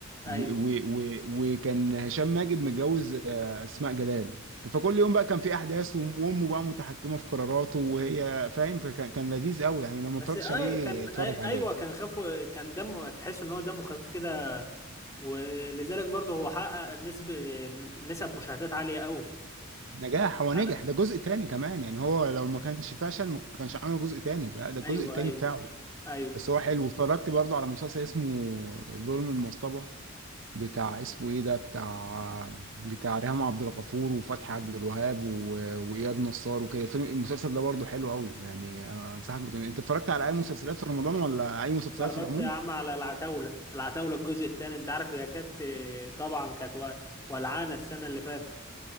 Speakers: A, on the left (about 15°); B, on the right (about 70°).
A: ايوه
B: و- و- و- وكان هشام ماجد متجوز آه، اسماء جلال فكل يوم بقى كان في احداث وأم- وامه بقى متحكمه في قراراته وهي فاهم فكان كان لذيذ قوي يعني لو ما
A: بس
B: اتفرجتش
A: أي
B: عليه
A: كان
B: اتفرج
A: أي
B: عليه
A: ايوه كان خفه كان دمه تحس ان هو دمه خفيف كده ولذلك برضه هو حقق نسب نسب مشاهدات عالية قوي
B: نجاح هو
A: على
B: نجح ده جزء تاني كمان يعني هو لو ما كانش فشل ما كانش عمل جزء تاني ده ده الجزء
A: ايوه
B: التاني
A: ايوه
B: بتاعه
A: ايوه
B: بس هو حلو اتفرجت برضه على مسلسل اسمه ظلم المصطبة بتاع اسمه ايه ده بتاع بتاع ريهام عبد الغفور وفتحي عبد الوهاب و... واياد نصار وكده الفيلم المسلسل ده برضه حلو قوي يعني أنا انصحك بتن- انت اتفرجت على اي مسلسلات في رمضان ولا اي مسلسلات
A: اتفرجت
B: في العموم
A: يا عم على العتاولة العتاولة الجزء الثاني انت عارف هي كانت طبعا كانت و- ولعانة السنة اللي فاتت